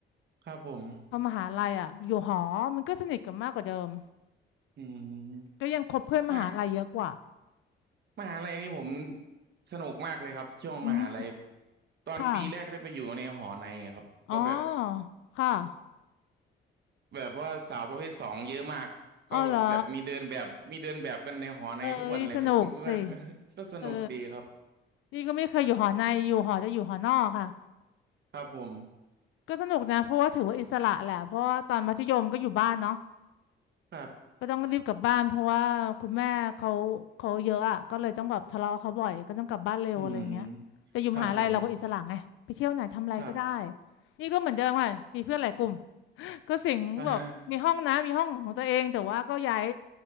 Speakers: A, on the right; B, on the left.
A: ครับผม
B: พอมหาลัยอะอยู่หอมันก็สนิทกันมากกว่าเดิม
A: อืม
B: ก็ยังคบเพื่อนมหาลัยเยอะกว่า
A: มหามหาลัยนี่ผมสนุกมากเลยครับช่วงมหาลัย
B: อืม
A: ตอนปีแรกได้ไปอยู่ในหอในอะครับก็แบบ
B: ค่ะอ๋อค่ะ
A: แบบว่าสาวประเภทสองเยอะมากก็แบบมีเดินแบบมีเดินแบบกันในหอในทุกวันเลยครับ
B: อ๋อเหรอเออสนุกสิ
A: <laughs> ก็ก็ <laughs> ก็สนุกดีครับ
B: เออนี่ก็ไม่เคยอยู่หอในอยู่หอจะอยู่หอนอกค่ะ
A: ครับผม
B: ก็สนุกนะเพราะว่าถือว่าอิสระแหละเพราะว่าตอนมัธยมก็อยู่บ้านเนาะ
A: ครับ
B: ก็ต้องรีบกลับบ้านเพราะว่าคุณแม่เขาเขาเยอะอ่ะก็เลยต้องแบบทะเลาะกับเขาบ่อยก็ต้องกลับบ้านเร็วอะไรอย่างเงี้ยแต่อยู่มหาลัยเราก็อิสระไงไปเที่ยวไหนทำอะไรก็ได้
A: อืมครับผมครับ
B: นี่ก็เหมือนเดิมค่ะมีเพื่อนหลายกลุ่ม <laughs> ก็สิงแบบมีห้องนะมีห้องของตัวเองแต่ว่าก็ย้าย
A: อ่าฮะ